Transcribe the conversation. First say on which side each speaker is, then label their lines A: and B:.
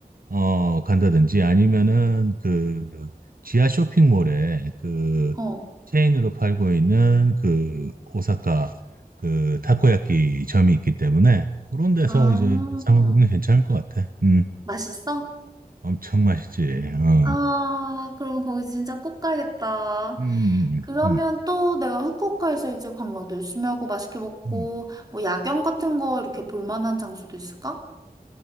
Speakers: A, on the right; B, on the right.
A: 어, 간다든지 아니면은 그 지하 쇼핑몰에 그
B: 어.
A: 체인으로 팔고 있는 그 오사카 그 타코야키 점이 있기 때문에 그런 데서
B: 아,
A: 이제 사 먹으면 괜찮을 것 같아. 음,
B: 맛있어?
A: 엄청 맛있지. 어.
B: 아, 그럼 거기 진짜 꼭 가야겠다.
A: 음, 음,
B: 그러면
A: 음,
B: 또 내가 후쿠오카에서 이제 관광도 열심히 하고 맛있게 먹고
A: 음.
B: 뭐 야경 같은 거 이렇게 볼 만한 장소도 있을까?